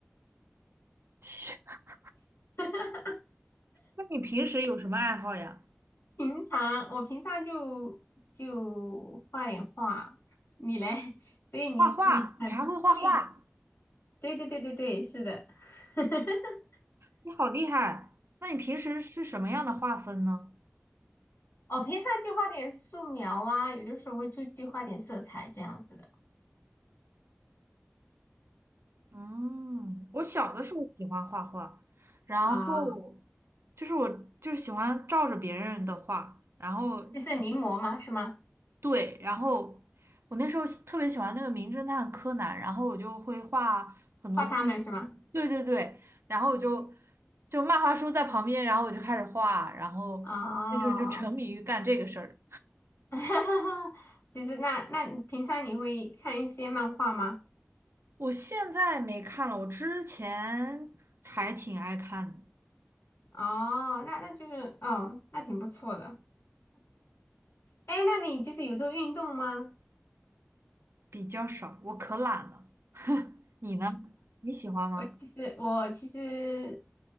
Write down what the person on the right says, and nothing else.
<laughs>
那你平时有什么爱好呀？
画画，你还会画画？
你好厉害！那你平时是什么样的画风呢？
嗯，我小的时候喜欢画画，然后
就是我就是喜欢照着别人的画，然后
对，然后我那时候喜特别喜欢那个名侦探柯南，然后我就会画很多关于
对对对，然后我就就漫画书在旁边，然后我就开始画，然后那时候就沉迷于干这个事儿。
我现在没看了，我之前还挺爱看的
比较少，我可懒了。<laughs> 你呢？你喜欢吗？